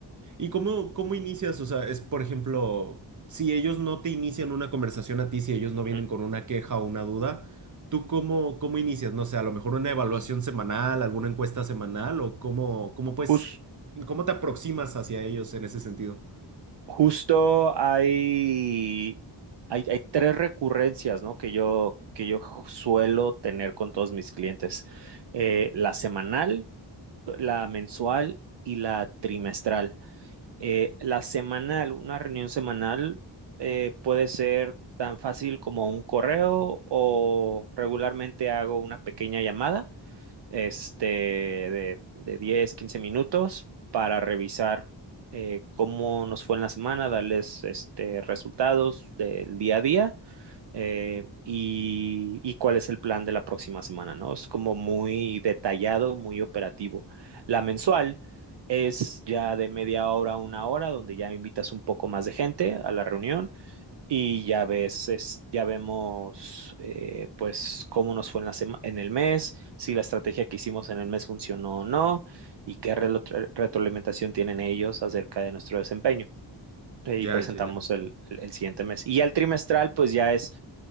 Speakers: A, on the right (about 40°); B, on the right (about 65°).
A: ¿Y cómo, cómo inicias? O sea, es, por ejemplo, si ellos no te inician una conversación a ti, si ellos no vienen
B: Ujú.
A: con una queja o una duda, ¿tú cómo, cómo inicias? No sé, a lo mejor una evaluación semanal, alguna encuesta semanal o cómo, cómo pues,
B: Jus-
A: cómo te aproximas hacia ellos en ese sentido?
B: justo hay, hay, hay tres recurrencias, ¿no? Que yo, que yo suelo tener con todos mis clientes. Eh, la semanal, la mensual y la trimestral. Eh, la semanal, una reunión semanal eh, puede ser tan fácil como un correo o regularmente hago una pequeña llamada, este, de, de 10 15 minutos para revisar eh, cómo nos fue en la semana, darles este, resultados del día a día eh, y, y cuál es el plan de la próxima semana, ¿no? Es como muy detallado, muy operativo. La mensual es ya de media hora a una hora, donde ya invitas un poco más de gente a la reunión y ya ves, es- ya vemos eh, pues cómo nos fue en la sema- en el mes, si la estrategia que hicimos en el mes funcionó o no y qué relo- re- retroalimentación tienen ellos acerca de nuestro desempeño. Eh,
A: Ya,
B: Y presentamos
A: ya, ya.
B: el, el el siguiente mes. Y ya el trimestral, pues ya es